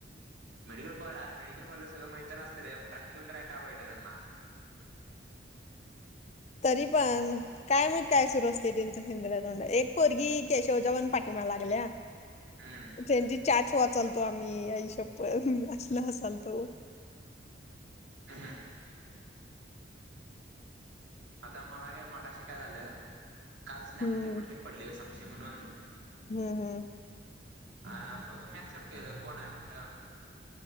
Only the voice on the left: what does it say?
तरी पण काय माहित सुरू असते, त्यांच हेंद्रा तोंडा एक पोरगी केशवच्या पण पाठिंमा लागल्या.
त्यांची चाट. वाचालतो आम्ही आईशप्पथ हू असलं हसाल्तो.
हम्म
हम्म हम्म.